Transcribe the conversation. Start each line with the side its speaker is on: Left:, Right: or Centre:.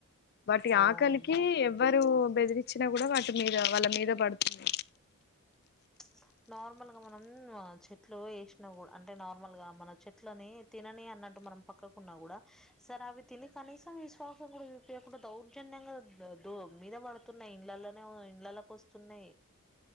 Left: బట్
Centre: ఓమ్మో
Left: ఆకలికి ఎవ్వరు బెదిరించినా కూడా వాటి మీద వాళ్ళ మీద పడుతుంది
Centre: ప్చ్ నార్మల్ గా మనం చెట్లు వేసినా కూడా అంటే నార్మల్ గా మన చెట్లని తిని తినానియ్ అన్నట్టు మనం పక్కకున్నా కూడా సరే అవి తిని కనీసం విశ్వాసం కూడా చూపివయకుండా దౌర్జన్యంగా మీద పడుతున్నాయి ఇండ్లల్లనే ఇంట్ల లోకి వస్తున్నాయి